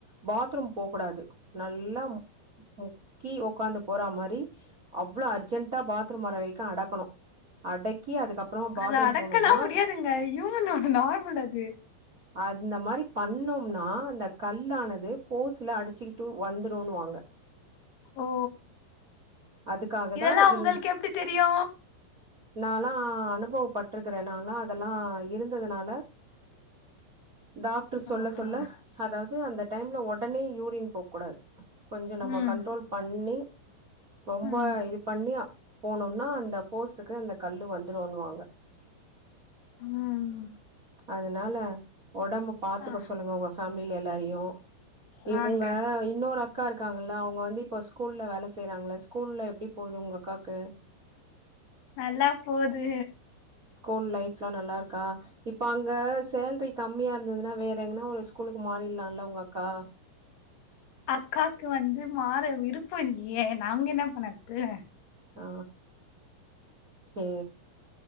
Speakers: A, on the right; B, on the left.
A: பாத்ரூம் போ கூடாது நல்லா முக்கி உக்காந்து போற மாரி அவ்ளோ அர்ஜென்டா பாத்ரூம் வர வரைக்கும் அடக்கணும் அடக்கி அதுக்கப்புறமா பாத்ரூம்
B: அத அடக்கலா
A: போனோம்னா
B: முடியாதுங்க ஹியூமனோட நார்மல் அது
A: அந்த மாரி பண்ணோம்னா அந்த கல்லானது போர்ஸ்ல அடிச்சுக்கிட்டு வந்துருன்னு வாங்க
B: ஓ
A: அதுக்காக
B: இதெல்லா
A: தா
B: உங்களுக்கு
A: இந்
B: எப்டி தெரியு
A: நாலா அனுபவ பட்டுக்குற நாலா அதெல்லா இருந்ததுனால டாக்டர் சொல்ல
B: ஆஹா
A: சொல்ல அதாவது அந்த டைம்ல உடனே யூரின் போ கூடாது கொஞ்சோ நம்ம
B: ம்
A: கண்ட்ரோல் பண்ணி ரொம்ப
B: ம்
A: இது பண்ணி போனோம்னா அந்த போர்ஸுக்கு அந்த கல்லு வந்துருன்ணுவாங்க
B: ம்
A: அதனால ஒடம்பு பாத்துக்க
B: ஆ
A: சொல்லுங்க உங்க ஃபேமிலில எல்லாரையு
B: வாங்க
A: உங்க இன்னொரு அக் கா இருக்காங்கல்ல அவங்க வந்து இப்போ ஸ்கூல்ல வேல செய்யறாங்கள ஸ்கூல்ல எப்டி ட போது உங்க அக்காக்கு
B: நல்லா போது
A: ஸ்கூல் லைஃப்லா நல்லாருக்கா இப்ப அங்க சேல்ரி கம்மியா இருந்ததுன்னா வேற எங்கனா ஒரு ஸ்கூலுக்கு மாறிலாம்ல உங்க அக்கா
B: அக்காக்கு வந்து மாற விருப்பம் இல்லயே நாங்க பண்ணறது
A: ஆ சே